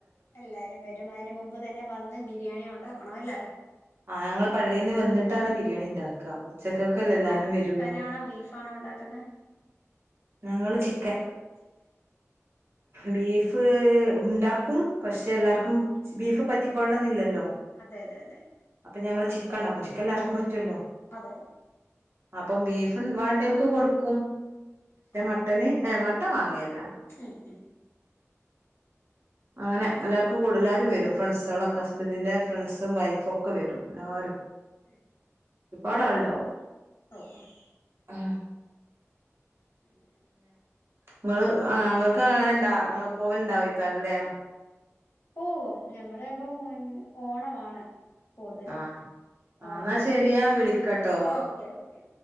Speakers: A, on the left; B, on the right.
A: എല്ലാരും വരും അയ്ന് മുമ്പ് തന്നെ വന്ന് ബിരിയാണി ഒണ്ടാക്കണ അല്ലേ
B: ആ ഞങ്ങള് പള്ളിന്ന് വെന്നിട്ടാണ് ബിരിയാണി ഇണ്ടാക്കാ ഉച്ചകൊകെ അല്ലെ എല്ലാരും
A: മട്ടനാണോ
B: വരുള്ളൂ
A: ബീഫാണോ ഉണ്ടാക്കുന്നത്
B: ഞങ്ങള് ചിക്കൻ
A: ചിക്കൻ
B: ബീഫ് ഉണ്ടാക്കും പക്ഷെ എല്ലാർക്കും ബീഫ് പറ്റിക്കൊള്ളന്നില്ലല്ലോ
A: അതെ അതെ അതെ
B: അപ്പ ഞങ്ങള് ചിക്കൻണ്ടാക്കും ചിക്കൻ എല്ലാർക്കും പറ്റുവല്ലോ
A: അതെ
B: അപ്പം ബീഫും വണ്ടിയക്ക് കൊടുക്കും പക്ഷെ
A: അങ്ങനെ
B: മട്ടന് എ മട്ടവാങ്ങല്ല
A: ഉം ഉം
B: അങ്ങനെ എല്ലാർക്കും കൂടുലാരും വരും ഫ്രണ്സ്കളൊക്കെ ഹസ്ബന്റിന്റെ ഫ്രണ്ട്സും വൈഫോക്കെ വരും എല്ലാരും
A: <unintelligible>
B: ഇപ്പാടെ ആൾണ്ടാവും
A: ആഹ് ആഹ്
B: ആ
A: അങ്ങനെ
B: നിങ്ങള് ആ നിങ്ങക്ക് അങ്ങനെ ഇണ്ടാ ആ പോവൽണ്ടാവയ്ക്കാറല്ലേ
A: പോകും ഞമ്മളയാമ്പോ <unintelligible> ഓണമാണ് കൂടുതലും
B: ആഹ് ആ
A: ഓണത്തിന്
B: എന്നാ ശരി ഞാൻ വിളിക്കട്ടോ
A: സദ്യ ആ ഓകെ ഓകെ